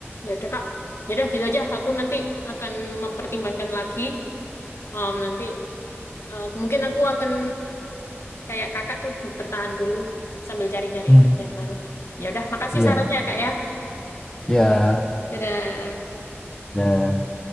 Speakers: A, on the left (about 65°); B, on the left (about 20°).
A: ya udah, Kak. Ya udah gitu aja. Aku nanti akan mempertimbangkan lagi. Em, nanti eh, mungkin aku akan kayak Kakak deh bertahan dulu sambil cari-cari
B: Hmm.
A: kerja yang baru. Ya udah, makasih
B: Iya,
A: sarannya, Kak ya.
B: iya.
A: Dadah.
B: Dan